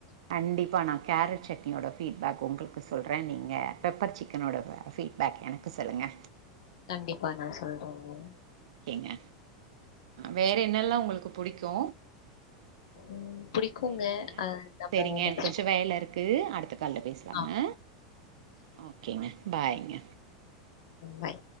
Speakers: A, on the right (about 80°); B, on the left (about 75°).
A: கண்டிப்பா நா கேரட் சட்னியோட ஃபீட்பேக் உங்களுக்கு சொல்றே நீங்க பெப்பர் சிக்கனோட ஃபீட்பேக் எனக்கு சொல்லுங்க
B: கண்டிப்பா நா சொல்றேங்க
A: கேங்க வேற என்னெல்லா உங்களுக்கு புடிக்கு
B: ம் பிடிக்குங்க.
A: சேரிங்க
B: அ நம்ம
A: சேரிங்க
B: நெக்ஸ்ட்
A: எனக் கொஞ்ச வேல இருக்கு அடுத்த கால்ல பேஸ் அ
B: ஆ
A: ஒக்கேங்க பாய்ங்க
B: பாய்